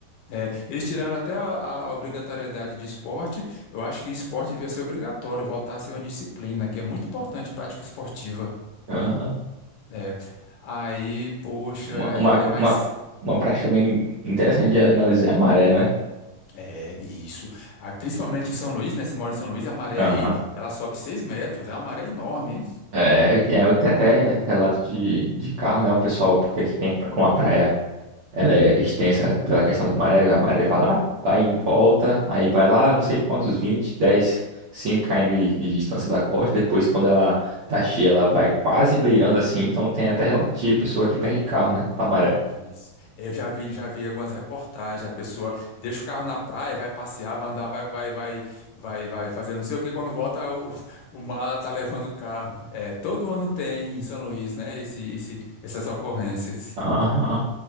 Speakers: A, on the left; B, on the right.
A: É, eles tiraram até a, a obrigatoriedade de esporte. Eu acho que esporte devia ser obrigatório, voltar a ser uma disciplina, que é muito importante, prática esportiva.
B: Aham.
A: É. Aí, poxa,
B: Uma,
A: é,
B: uma,
A: é mais.
B: uma, uma prática bem interessante de analisar é a maré, né?
A: É isso. Ah, principalmente em São Luís, né? Você mora em São Luís, a maré
B: Aham.
A: aí, ela sobe seis metros, é uma maré enorme, hein
B: É, e aí tem até relato de, de carro, né? O pessoal, porque aqui tem com a praia. Ela é extensa pela questão da maré. A maré vai lá, vai em volta, aí vai lá, não sei quantos, 20 10 cinco km de distância da costa. Depois, quando ela tá cheia, ela vai quase beirando assim. Então, tem até relativo pessoa que perde carro, né? Pra maré.
A: Isso. Eu já vi, já vi algumas reportagens, a pessoa deixa o carro na praia, vai passear, vai andar, vai, vai, vai, vai, vai fazer não sei o que, quando volta o, o mar tá levando o carro. É, todo ano tem em São Luís, né, esse, esse, essas ocorrências.
B: Aham,